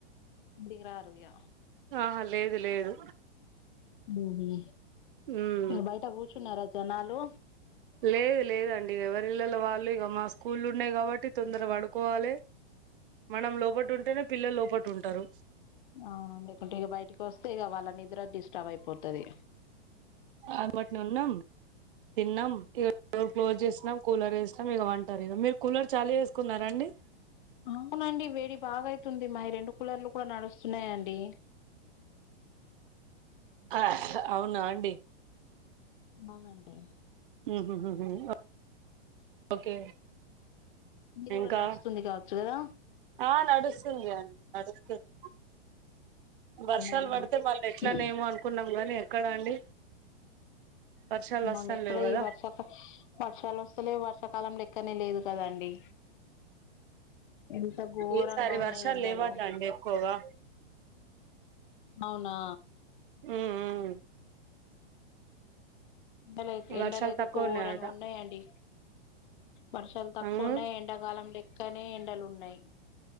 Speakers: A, on the left; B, on the right.
A: ఇంటికిరారు ఇగ
B: ఆహా లేదు, లేదు
A: ఉండేది
B: ఉమ్మ్
A: ఇగ బయట కూర్చున్నారా జనాలు.
B: లేదు, లేదండి ఎవరిళ్లలో వాళ్ళు ఇగ, మా స్కూల్లున్నాయి కాబట్టి తొందర పడుకోవాలే. మనం లోపట ఉంటేనే, పిల్లలు లోపట ఉంటారు.
A: ఆ లేకుంటే ఇగ బయటకి ఓస్తే, ఇగ వాళ్ళ నిద్ర డిస్టర్బ్ అయిపోతది.
B: అల్బట్నున్నాం. తిన్నాం, ఇగ డోర్ క్లోజ్ చేసినాం కూలర్ ఎసినాం, ఇగ పంటరు ఇగ. మీరు కూలర్ చాలు చేసుకున్నారా అండి.
A: అవునండి వేడి బాగైతుంది, మాయి రెండు కులర్లు కూడా నడుస్తున్నాయండి.
B: ఆ అవునా అండి,
A: అవునండి
B: ఉహు ఉహు ఉహుమ్ ఓకే
A: మీది
B: ఇంకా
A: గుడా నడుస్తుంది కావచ్చు గదా.
B: ఆ నడుస్తుంది అండి, నడుస్తుంది. వర్షాలు
A: ఆ
B: పడితే మళ్ ఎట్లానేమో అనుకున్నాం గానీ, ఎక్కడా అండి. వర్షాలు వస్తాం
A: మళ్ళా ఎక్కడ
B: లేవు కదా
A: ఈ వర్షాల్ వర్షాల్ ఓస్తలేవ్, వర్షాకాలంలేక్కనే లేదు కదండి. ఎంత ఘోరంగా
B: ఈసారి
A: ఉన్నాయి
B: వర్షాలు
A: ఎండలు.
B: లేవట అండి ఎక్కువగా
A: అవునా
B: ఉమ్మ్ ఉమ్మ్
A: ఎండలైత్, ఎండలైతే
B: వర్షాలు తక్కువ
A: ఘోరంగా
B: ఉన్నాయట
A: ఉన్నాయాండి. వర్షాలు తక్కువ
B: ఉమ్
A: ఉన్నాయి, ఎండాకాలం లెక్కనే ఎండలు ఉన్నాయి.